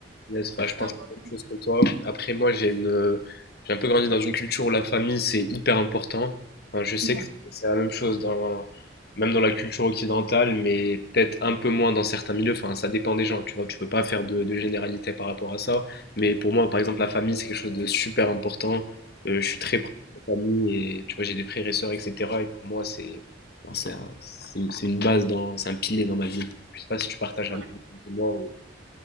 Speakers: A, on the left; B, on the right.
A: Yes, bah, je pense
B: T'en penses-
A: la même chose que toi. Après, moi, j'ai une, euh, j'ai un peu grandi dans une culture où la famille, c'est hyper important. Enfin, je sais
B: Mhm.
A: que c'est la même chose dans, même dans la culture occidentale, mais peut-être un peu moins dans certains milieux. Enfin, ça dépend des gens, tu vois. Tu peux pas faire de, de généralité par rapport à ça. Mais pour moi, par exemple, la famille, c'est quelque chose de super important. Euh, je suis très proche de la famille et tu vois, j'ai des frères et sœurs, etc. Et pour moi, c'est, enfin, c'est un- c'est une c'est une base dans, c'est un pilier dans ma vie. Je sais pas si tu partages
B: Ouais.
A: la même chose que moi